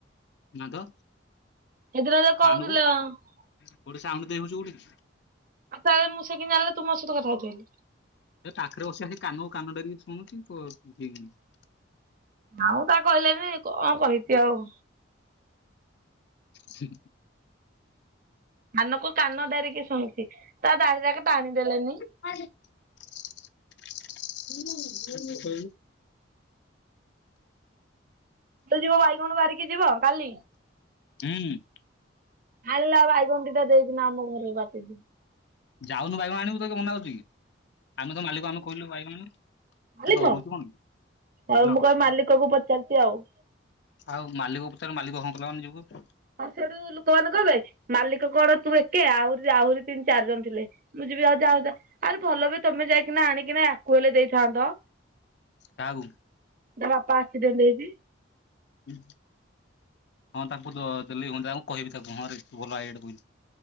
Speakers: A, on the left (about 60°); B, on the right (about 45°).
A: ନା ତ,
B: ସେଦିନ ଯୋଉ
A: ସାଉଣ୍ଡ
B: କହୁଥିଲ।
A: କୋଉ
B: ଆଉ
A: ଟି ସାଉଣ୍ଡ ଦେଇ ହଉଛି କୋଠି।
B: ଆଉ ମୁଁ ସେ କେମିତି ଜାଣିଲା ତୁ ମୋ ସହିତ କଥା ହଉଚୁ ବୋଲି?
A: ଏ ପାଖରେ ବସି ଆସି କାନକୁ କାନ ଡରକି ଶୁଣୁଛି। <unintelligible>
B: ଆଉ ତା କହିଲେନି କଣ କହିବି ଆଉ?
A: ସେ
B: କାନକୁ କାନ ଡେରିକି ଶୁଣୁଛି ତା, ଦାଢି ଯାକ ଟାଣିଦେଲେନି?
A: <unintelligible> <unintelligible>
B: ତୁ ଯିବୁ ବାଇଗଣ ବାରିକି? ଯିବ କାଲି
A: <inaudible> ହୁଁ।
B: ଆଣିଲେ ବାଇଗଣ ଦିଟା ଦେଇିକି ନା ଆମ ଘର ବାଟେ।
A: ଯାଉନୁ ବାଇଗଣ ଆଣିବୁ ତତେ କିଏ ମନା କରିଚି କି। ଆମେ ତ ମାଲିକ ଆମେ କହିଲୁ ବାଇଗଣ ଆଣିବୁ
B: ମାଲିକ
A: ଆଉ ଡରୁଚୁ କଣ କି?
B: ଆଉ
A: ହ୍ୟାଲୋ
B: ମୁଁ କଣ ମାଲିକ କୁ ପଚାରିଛି ଆଉ?
A: ଆଉ ମାଲିକ ପଚାରିବୁ ମାଲିକ ହଁ କଲା ମାନେ ଯିବୁ ଆଉ।
B: ହଁ ସେଇଠୁ ଲୋକମାନେ କହିବେ, ମାଲିକ କଣ ତୁ ଏକେ ଆହୁରି ଆହୁରି ତିନି ଚାରି ଜଣ- ଥିଲେ ମୁଁ ଯିବି ଆଉ ଯାଉ ଆରେ ଭଲ ବି ତମେ ଯାଇକିନା ଆଣିକିନା ଆକୁ ହେଲେ ଦେଇଥାନ୍ତ।
A: କାହାକୁ?
B: ଯାହା ବାପା ଆକ୍ସିଡେଣ୍ଟ ହେଇଛି।
A: ହୁଁ ହଁ ତାଙ୍କୁ ଦ ଦେଲେ କହିବି ତାଙ୍କୁ ହଁ ରେ ତୁ ଭଲ ଆଇଡିଆଟେ କହିଲୁ।